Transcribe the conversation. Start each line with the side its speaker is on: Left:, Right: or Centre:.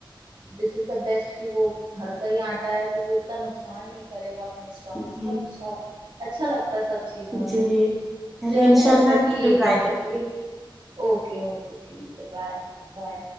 Right: دس از بیسٹ کہ وہ گھر کا ہی اٹا ہے تو وہ اتنا نقصان نہیں کرے گا یہ سٹمک
Centre: جی
Right: کو اچھا ہے اچھا لگتا سب چیزوں
Centre: جی
Right: میں
Centre: جی چلیے
Right: چلیں
Centre: انشاء
Right: اچھا
Centre: اللہ
Right: ٹھیک
Centre: پھر ٹرائی
Right: ہے
Centre: کریں گے
Right: اوکے اوکے ٹھیک ہے بائے بائے